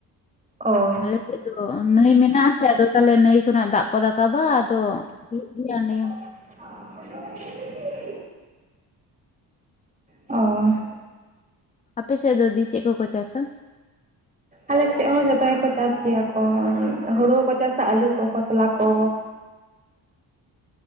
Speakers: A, on the right; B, on the left.
A: ᱚ᱾
B: ᱟᱞᱮ ᱥᱮᱫ ᱫᱚ ᱱᱟᱹᱭ ᱢᱮᱱᱟᱜ ᱟᱥᱮ ᱟᱫᱚ ᱛᱟᱦᱞᱮ ᱱᱟᱹᱭ ᱠᱷᱚᱱᱟᱜ ᱫᱟᱜ ᱠᱚ ᱨᱟᱠᱟᱵᱟ ᱟᱫᱚ ᱦᱩᱭᱩᱜ ᱜᱮᱭᱟ ᱚᱸᱰᱮ ᱜᱮ
A: <inaudible> ᱚᱸ᱾
B: ᱟᱯᱮ ᱥᱮᱫ ᱫᱚ ᱫᱤ ᱪᱮᱫ ᱠᱚᱠᱚ ᱪᱟᱥᱟ?
A: ᱟᱞᱮᱥᱮᱫ ᱦᱚᱸ ᱡᱚᱛᱚ ᱜᱮᱠᱚ ᱪᱟᱥ ᱜᱮᱭᱟ ᱠᱚ᱾ ᱦᱩᱲᱩ ᱦᱚᱸᱠᱚ ᱪᱟᱥᱟ, ᱟᱹᱞᱩ ᱠᱚ, ᱠᱷᱚᱥᱞᱟ ᱠᱚ